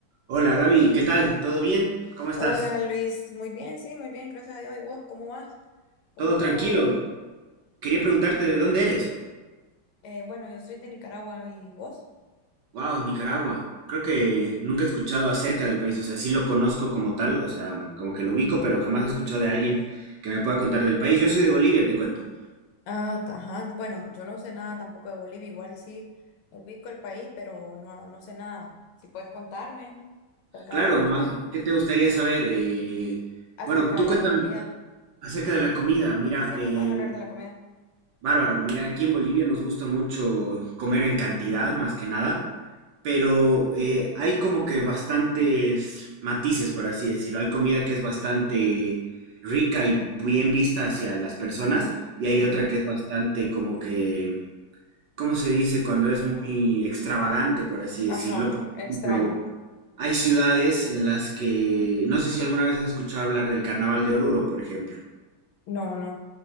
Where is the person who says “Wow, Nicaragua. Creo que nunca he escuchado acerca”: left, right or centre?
Right